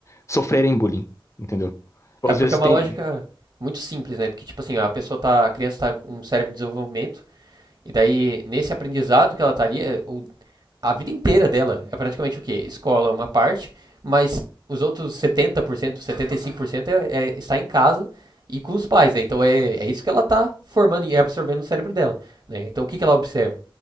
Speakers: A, on the left; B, on the right.
A: sofrerem bullying, entendeu? Ou
B: É
A: às
B: porque
A: vezes
B: é uma
A: tem.
B: lógica muito simples, né? Porque, tipo assim, a pessoa tá. A criança tá com um cérebro em desenvolvimento, e daí, nesse aprendizado que ela tá ali, é o- a vida inteira dela é praticamente o quê? Escola, uma parte, mas os outros 70%, 75% é, é, está em casa e com os pais, né? Então é, é isso que ela tá formando e absorvendo no cérebro dela, né? Então o que que ela observa?